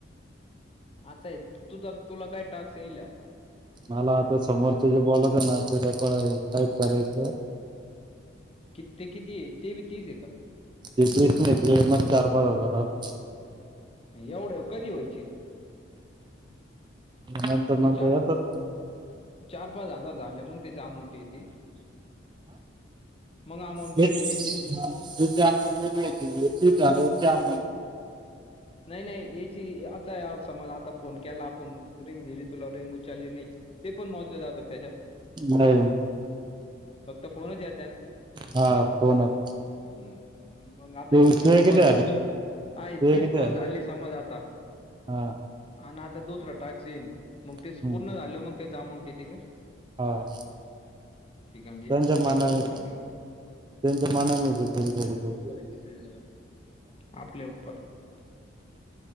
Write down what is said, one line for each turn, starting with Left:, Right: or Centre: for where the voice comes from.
Left: आताय तुझ तुला काय टाक्स येईल आता
Right: मला आता समोरचे जे बोलत आहे ना ते काय करायचं
Left: कि ते किती आहे ते बी तीस आहे का
Right: तेच नाही तिकडे मग चार पाच हजारात
Left: एवढं कधी व्हायचे
Right: नंतर
Left: मग
Right: नंतर
Left: ते चार
Right: या तर
Left: चार पाच हजार झाले मग त्याची अमाऊंट येते मग अमाऊंट
Right: ते
Left: येते त्याची
Right: त आमद्याय झालंचे आम
Left: नाही नाही याची आता समज आता फोन केला आपण रिंग दिली तुला रिंग उचलली नाही ते पण मोजले जातात त्याच्यात
Right: नाही
Left: फक्त फोनच य
Right: हा फोनच
Left: हम्म मग आता
Right: तू
Left: ये
Right: तुझे
Left: तीस
Right: किती
Left: कॉल
Right: आले
Left: झाले अ
Right: तुझे
Left: तीस
Right: किती
Left: कॉल
Right: आले
Left: झाली समज आता
Right: हा
Left: आणि आता दुसरं टॅक्सीन मग ते
Right: हम्म
Left: पूर्ण झाले मग त्या जामं तथे का
Right: हा
Left: िकण
Right: त्यांच्या
Left: एवढे दोन
Right: मानाने
Left: हजार झाले हो
Right: त्यांच्या मानाने येते थोडी
Left: मेहनती
Right: थोडी थोडी
Left: उपर
Right: थोडी
Left: आहे किती आपल्या उपर